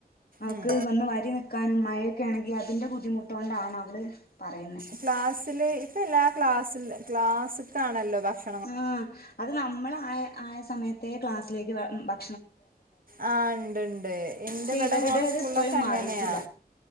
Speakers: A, on the left; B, on the right.
A: അവക്ക്
B: ഉം
A: വന്ന് വരിന്നി ക്കാന് മഴയൊക്കെ ആണെങ്കി അതിൻ്റെ ബുദ്ധിമുട്ടുകൊണ്ടാണ് അവള് പറയുന്നെ.
B: ക്ലാസ്സില് ഇപ്പ എല്ലാ ക്ലാസ്സ് ക്ലാസ്സത്താണല്ലോ ഭക്ഷ്
A: ആഹ് അത് ന്നമ്മളായ ആയ സമയത്തെ ക്ലാസ്സിലേക്ക് ഭക്
B: ആഹ് ഇണ്ട്ണ്ട് എന്റെവിടെ
A: പക്ഷെ ഇവരുടേത്
B: മോള സ്കൂള്
A: ഇപ്പോഴും
B: ലൊക്കങ്ങനെയാ
A: മാറിയിട്ടില്ല